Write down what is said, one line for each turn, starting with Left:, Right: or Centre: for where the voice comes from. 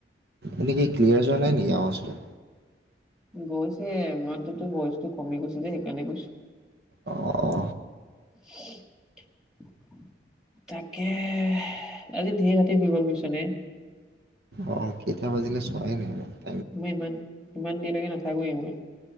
Right: এনে কি ক্লিয়াৰ যোৱা নাই নেকি আৱাজটো?
Centre: গৈছে মাটতো ভইচটো কমি গৈছে যে সেইকাৰণে কৈছো।
Right: অ অ,
Centre: উ <unintelligible> তাকে আজি ধেৰ ৰাতি হই গ'ল বুজিছ নে।
Right: অ কেইটা বাজিলে চোৱায়ে নাই ৰ
Centre: মই ইমান ইমান দেৰিলৈকে নাথাকোয়ে মই।